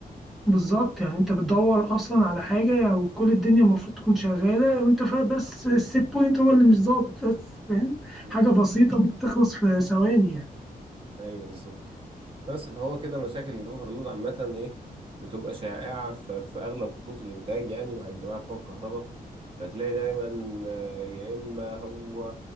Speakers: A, in the centre; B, on the right.
A: بالظبط يعني انت بتدور اصلا على حاجه يعني وكل الدنيا المفروض تكون شغاله وانت فاهم بس السيت بوينت هو اللي مش ظابط بس فاهم
B: مم.
A: حاجه بسيطه ممكن تخلص في ثواني يعني.
B: ايوه بالظبط بس فهو كده مشاكل الاوفرلود عامة ايه بتبقى شائعة في, في اغلب خطوط الانتاج يعني مع الجماعة بتوع الكهرباء فتلاقي دايما آه، يا اما هو